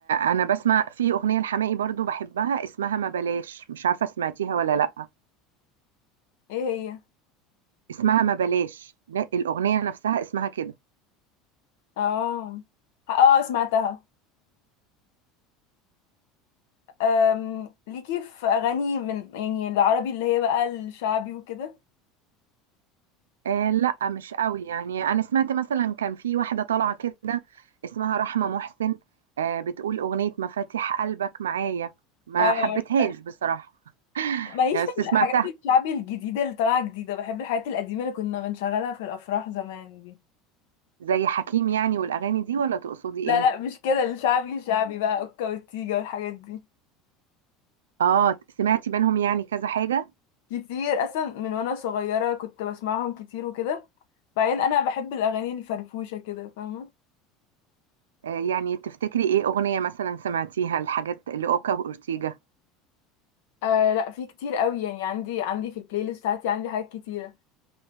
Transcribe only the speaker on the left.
ايه هي
اه اه سمعتها أم... ليكي في أغاني من يعني العربي اللي هي بقى الشعبي وكده
اه
ماليش
في
الحاجات
الشعبي الجديدة اللي طالعة جديدة بحب الحاجات القديمة اللي كنا بنشغلها في الأفراح زمان دي
لا لا مش كده الشعبي الشعبي بقى أوكا والتيجة والحاجات دي
كتير أصلا من وأنا صغيرة كنت بسمعهم كتير وكده بعدين أنا بحب الأغاني الفرفوشة كده فاهمة
آه لا في كتير قوي يعني عندي عندي في البلاي ليست بتاعتي عندي حاجات كتيرة